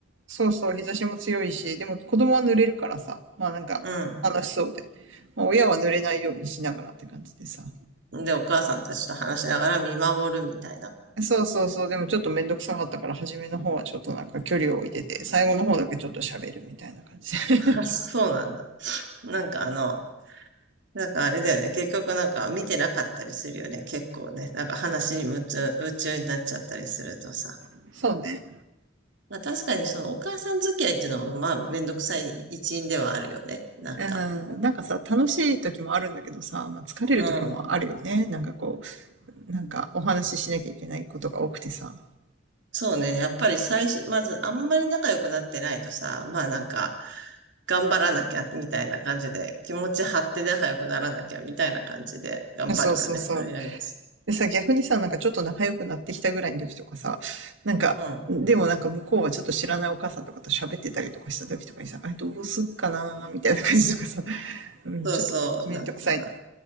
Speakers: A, on the right; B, on the right.
A: そうそう、日差しも強いし、でも子供は濡れるからさ、まあなんか楽しそうで。
B: うん。
A: まあ親は濡れないようにしながらって感じでさ。
B: で、お母さんたちと話しながら見守るみたいな。
A: そうそうそう、でもちょっとめんどくさかったから初めの方はちょっとなんか距離を置いてて、最後の方だけちょっと喋るみたいな感じで。
B: <laughs> あそうなんだ。なんかあの、なんかあれだよね。結局なんか見てなかったりするよね。結構ね。なんか話に夢中、夢中になっちゃったりするとさ。
A: <laughs> そうね。
B: まあ確かにそのお母さん付き合いっていうのもまあめんどくさい一因ではあるよね。なんか。
A: うん、なんかさ、楽しい時もあるんだけどさ、まあ疲れる時もあるよね。
B: うん。
A: なんかこう、なんかお話ししなきゃいけないことが多くてさ。
B: そうね。やっぱり最初、まずあんまり仲良くなってないとさ、まあなんか、頑張らなきゃみたいな感じで、気持ち張って仲良くならなきゃみたいな感じで頑張るよね。
A: そうそうそう。
B: とりあえず。
A: でさ、逆にさ、なんかちょっと仲良くなってきたぐらいの時とかさ、なんか、
B: うん。
A: でもなんか向こうはちょっと知らないお母さんとかと喋ってたりとかした時とかにさ、あれどうすっかなーみたいな感じとかさ、<laughs> うん、
B: そうそう、
A: ちょっとめんどくさいな。
B: なんか、